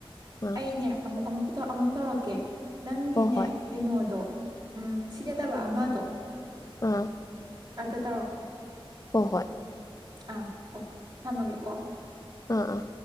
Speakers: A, on the left; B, on the right.
A: ꯑꯥ
B: ꯑꯩꯅꯦ ꯑꯃꯨꯛ ꯑꯃꯨꯛ ꯑꯃꯨꯛ ꯇꯧꯔꯛꯀꯦ ꯅꯪꯒꯤꯅꯦ
A: ꯍꯣꯏ ꯍꯣꯏ
B: ꯀꯩꯅꯣꯗꯣ ꯎꯝ ꯁꯤ ꯅꯠꯇꯕ ꯑꯃꯗꯣ
A: ꯑꯥ
B: ꯑꯗ ꯇꯧꯔꯀꯦ
A: ꯍꯣ ꯍꯣꯏ
B: ꯑꯥ ꯍꯣ ꯍꯣ ꯊꯝꯃꯒꯦ ꯀꯣ
A: ꯑꯥ ꯑꯥ